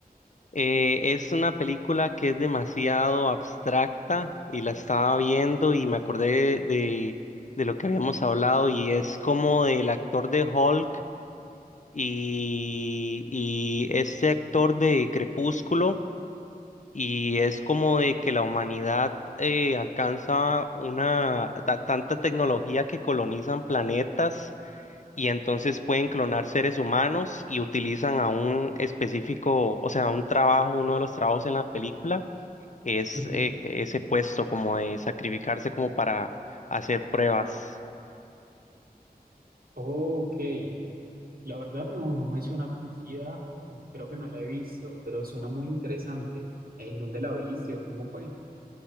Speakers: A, on the left; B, on the right.
A: Eh, es una película que es demasiado abstracta y la estaba viendo y me acordé de, de lo que habíamos hablado y es como del actor de Hulk. y, y este actor de Crepúsculo y es como de que la humanidad eh, alcanza una ta- tanta tecnología que colonizan planetas y entonces pueden clonar seres humanos y utilizan a un específico, o sea, un trabajo, uno de los trabajos en la película es
B: Ujú.
A: eh, ese puesto como de sacrificarse como para hacer pruebas.
B: Ok, La verdad no, no me suena conocida, creo que no la he visto, pero suena muy interesante. ¿En dónde la viste o cómo fue?